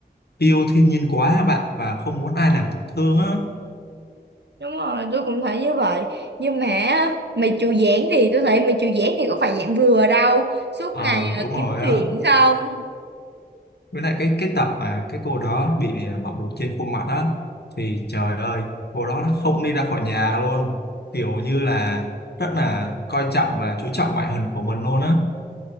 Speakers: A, on the left; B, on the right.
A: yêu thiên nhiên quá các bạn và không muốn ai làm tổn thương á
B: Đúng rồi, tôi cũng thấy như vậy. Nhưng mà á, mày chù dạng thì tôi thấy mày chù dạng thì có phải dạng vừa đâu. Suốt
A: ờ
B: ngày
A: đúng
B: ờ, kiếm
A: rồi
B: chuyện
A: á
B: không?
A: với lại cái cái tập mà cái cô đó bị à, bọc bột trên khuôn mặt á thì trời ơi cô đó không đi ra khỏi nhà luôn kiểu như là rất là coi trọng và chú trọng ngoại hình của mình luôn á